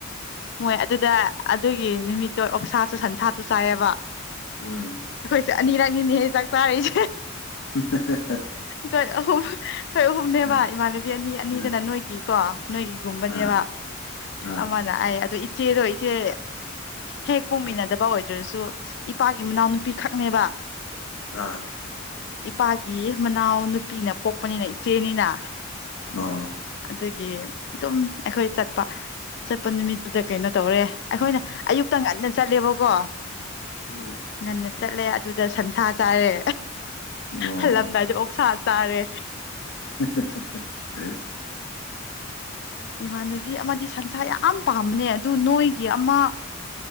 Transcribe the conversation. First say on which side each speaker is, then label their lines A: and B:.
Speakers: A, on the left (about 55°); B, on the left (about 80°).
A: ꯃꯣꯏ ꯑꯗꯨꯗ ꯑꯗꯨꯒꯤ ꯅꯨꯃꯤꯠꯇꯣ ꯑꯣꯛꯁꯥꯁꯨ ꯁꯟꯁꯥꯁꯨ ꯆꯥꯏꯑꯕ
B: ꯎꯝ
A: ꯑꯅꯤꯔꯛꯅꯤꯅꯦ ꯍꯦ ꯆꯥꯛ ꯆꯥꯔꯤꯏꯁꯦ
B: ꯎꯝ ꯍꯦꯍꯦ
A: ꯑꯈꯣꯏ ꯑꯍꯨꯝ ꯑꯩꯈꯣꯏ ꯑꯍꯨꯝꯅꯦꯕ
B: ꯎꯝ,
A: ꯏꯃꯥꯟꯅꯕꯤ ꯑꯅꯤ ꯑꯅꯤꯗꯅ
B: ꯎꯝ,
A: ꯅꯣꯏꯒꯤ ꯀꯣ ꯅꯣꯏꯒꯤꯒꯨꯝꯕꯅꯦꯕ
B: ꯑꯥ ꯑꯥ
A: ꯑꯃꯅ ꯑꯩ ꯑꯗꯨ ꯏꯆꯦꯗꯣ ꯏꯆꯦ ꯍꯦꯛ ꯄꯣꯛꯃꯤꯟꯅꯗꯕ ꯑꯣꯏꯗ꯭ꯔꯁꯨ ꯏꯄꯥꯒꯤ ꯃꯅꯥꯎ ꯅꯨꯄꯤ ꯈꯛꯅꯦꯕ
B: ꯑꯥ
A: ꯏꯄꯥꯒꯤ ꯃꯅꯥꯎ ꯅꯨꯄꯤꯅ ꯄꯣꯛꯄꯅꯤꯅ ꯏꯆꯦꯅꯤꯅ
B: ꯑꯣ
A: ꯑꯗꯒꯤ ꯑꯗꯨꯝ ꯑꯈꯣꯏ ꯆꯠꯄ ꯆꯠꯄ ꯅꯨꯃꯤꯠꯇꯨꯗ ꯀꯩꯅꯣ ꯇꯧꯔꯦ ꯑꯈꯣꯏꯅ ꯑꯌꯨꯛꯇ ꯉꯟꯅ ꯆꯠꯂꯦꯕꯀꯣ
B: ꯎꯝ
A: ꯉꯟꯅ ꯆꯠꯂꯦ ꯑꯗꯨꯗ ꯁꯟꯁꯥ ꯆꯥꯔꯦ
B: ꯑꯣ
A: ꯍꯜꯂꯝꯂꯝꯗꯥꯏꯗ ꯑꯣꯛ ꯁꯥꯥ ꯆꯥꯔꯦ
B: ꯍꯦꯍꯦ
A: ꯏꯃꯥꯟꯅꯕꯤ ꯑꯃꯗꯤ ꯁꯟꯁꯥ ꯌꯥꯝ ꯄꯥꯝꯕꯅꯦ ꯑꯗꯨ ꯅꯣꯏꯒꯤ ꯑꯃ